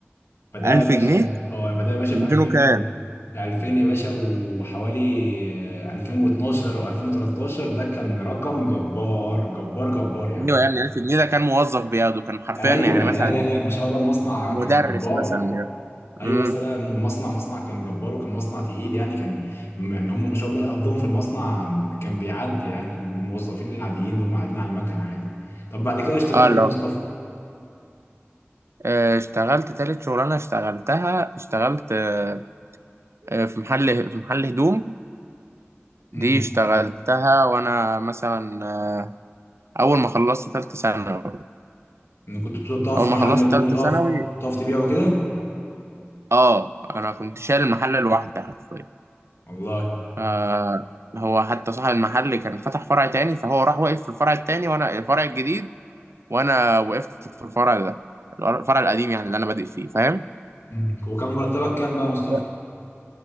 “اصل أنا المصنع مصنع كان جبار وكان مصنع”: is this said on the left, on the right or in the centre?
Left